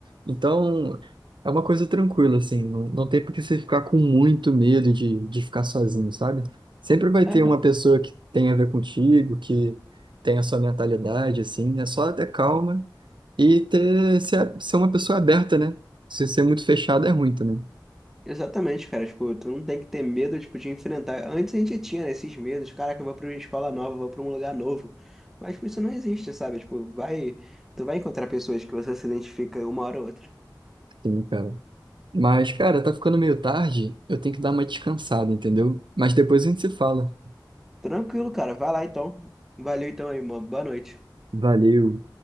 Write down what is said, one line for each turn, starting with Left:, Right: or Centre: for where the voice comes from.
Right: Então é uma coisa tranquila, assim. Não, não tem por que você ficar com muito medo de, de ficar sozinho, sabe? Sempre vai ter
Centre: É.
Right: uma pessoa que tem a ver contigo, que tem a sua mentalidade, assim. É só ter calma e ter, ser, ser uma pessoa aberta, né? Se ser muito fechado é ruim também.
Centre: Exatamente, cara, tipo, tu não tem que ter medo, tipo, de enfrentar. Antes a gente tinha, né, esses medos, caraca, eu vou pra uma escola nova, eu vou pra um lugar novo. Mas, tipo, isso não existe, sabe? Tipo, vai, tu vai encontrar pessoas que você se identifica uma hora ou outra.
Right: Sim, cara. Mas, cara, tá ficando meio tarde, eu tenho que dar uma descansada, entendeu? Mas depois a gente se fala.
Centre: Tranquilo, cara, vai lá então. Valeu então aí, mano. Boa noite.
Right: Valeu.